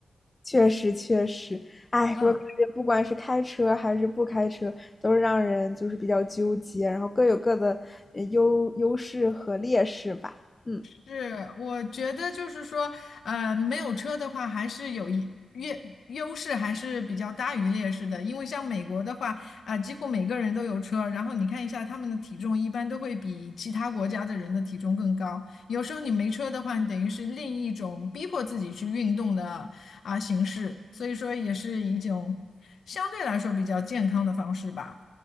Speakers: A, on the left; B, on the left.
A: 确实，确实，哎，
B: 嗯。
A: 我感觉不管是开车还是不开车，都是让人就是比较纠结，然后各有各的呃优优势和劣势吧。嗯，
B: 是，我觉得就是说，呃，没有车的话，还是有一优优势，还是比较大于劣势的。因为像美国的话，啊、几乎每个人都有车，然后你看一下他们的体重，一般都会比其他国家的人的体重更高。有时候你没车的话，你等于是另一种逼迫自己去运动的啊、形式，所以说也是一种相对来说比较健康的方式吧。